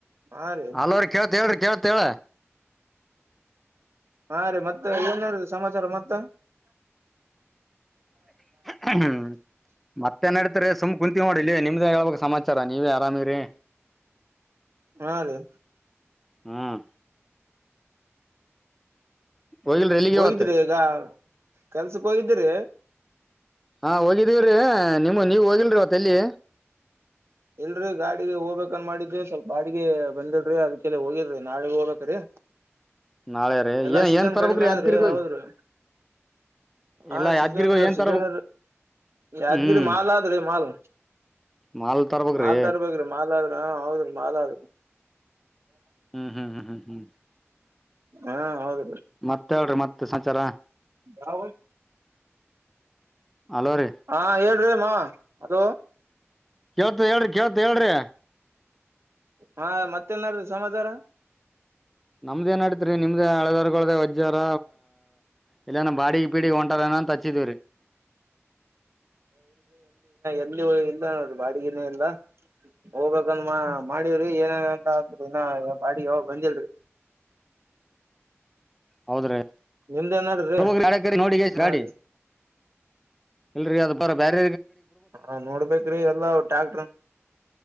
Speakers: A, on the right; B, in the centre.
A: ಹಾ ರೀ
B: ಅಲವ್ರ ಕೇಳ್ತ್ ಹೇಳ್ರಿ ಕೇವತ್ ಹೇಳ
A: ಹಾ ರೀ ಮತ್ತ ಏನ್ ಸಮಾಚಾರ ಮತ್ತ
B: ಹ್ಮ್ ಮತ್ತೆ ನಡೀತಾರೆ ಸುಮ್ ಕುಂತ ನೋಡಿಿಲ್ಲ ನಿಮ್ದ ಯಾವಾಗ ಸಮಾ ಇತರಾ ನೀವೇ ಆರಾಮಿರಿ
A: ಹಾ ರ
B: ಹ್ಮ್ ಹೋಗಿಲ್ರಿ ಎಲ್ಲಿಗೆ
A: ಹೋಗಿದ್ರಿ
B: ಇವತ್ತು
A: ಈಗ ಕೆಲ್ಸಕ್ ಹೋಗಿದಿ್ರಿ
B: ಹಾ ಹೋಗಿದ್ದೀವರರಿ ನಿಮ್ಮ ನೀವ ಹೋಗಿಲ್ರರಿ ಅವತ್ತ ಎಲ್ಲಿ
A: ಇಲ್ರರಿ ಗಾಡಿಗೆ ಹೋಗ್ಬೇಕನ್ ಮಾಡಿದಿ ಸ್ವಲ್ಪ ಬಾಡಿಗೆ ಬಂದಿಲ್ರಿ ಅದಕ್ಕೆಲ್ಲ ಹೋಗಿಲ್ರಿ ನಾಳಗ ಹೋಗಬೇಕೇ್ರಿ
B: ನಾಳೆ ರೀ
A: ಎಲ್ಲಾ
B: ಏನ್
A: ಸೀಸನ್
B: ಏನ್ ತರ್ಬೇಕ್ರಿ
A: ಕಡಿಮೆ
B: ಯಾದ್ಗಿರಿಗ್
A: ಆದ್ರೆ
B: ಹೋಗಿ
A: ಹೌದ್ರರು ಹಾ
B: ಇಲ್ಲ
A: ಸೀಜನ್
B: ಯಾದ್ಗಿರಿಗ್ ಹೋಗಿ ಏನ್
A: ಸೀಜನ್
B: ತರ್ಬೇಕ್
A: ಯಾದಗಿರಿ
B: ಹ್ಮ್
A: ಮಾಲ್ ಆದ್ರಿ ಮಾಲ್
B: ಮಾಲ್ ತರ್ಬೇಕ್ರಿ
A: ಮಾಲ್ತಾಡ್ಬೇಕ್ರಿ ಮಾತಡ್್ರ ಹೌದ್ರಿ ಮಾಲಾದ್ರ
B: ಹ್ಮ್ ಹ್ಮ್ ಹ್ಮ್ ಹ್ಮ್ ಹ್ಮ್
A: ಹಾ ಹೌದ
B: ಮತ್ತ ಹೇಳ್ರಿ ಮತ್ತೆ ಸಂಚಾರ
A: ನಾವ
B: ಅಲೋ ರೀ
A: ಹಾ ಹೇಳ್ರಿಮ್ಮ ಅದ
B: ಕೇಳ್ತ ಹೇಳ್ರಿ ಕೇಳ್ತು ಹೇಳ್ರಿ
A: ಹಾ ಮತ್ತೇನ್ ಮಾಡಡ್ತ ಸಮಾಚಾರ
B: ನಮ್ದ ಏನ್ಡತ್ರಿ ನಿಮ್ದ ಹಳದರ್ಗಳಳ್ದ ವಜಾರ ಇಲ್ಲನ ಬಾಡ ಪೀಡಿ ಹೊಂಟಾರನಂತ ಹಚ್ಚಿದವ್ರಿ
A: ಇಲ್ಲಿ ಇಲ್ಲ ನೋಡ್ರಿ ಬಾಡಿಗೆನೇ ಇಲ್ಲ ಹೋಗ್ಕಂದ ಮಾಡಿ ಏನಂತ ಅ್ರ ಬಾಡಿ ಹೋಗ ಬಂದಿಲ್ರರಿ
B: ಹೌದ್ರೀೋಗಿಾಕರಿ
A: ನಿಮ್ದ ನಡ್ರಿ
B: ನೋಡಿಿಗೆ ಎಷ್ಟ
A: ಹಾ
B: ರಾಡಿ
A: ರೀ
B: ಇಲ್ರರಿ ಅದ ಬರ ಬೇರ
A: ಹಾ ನೋಡ್ಬೇಕೇ್ರಿ ಎಲ್ಲ ಟ್ಯಾಕ್ಟ್ರ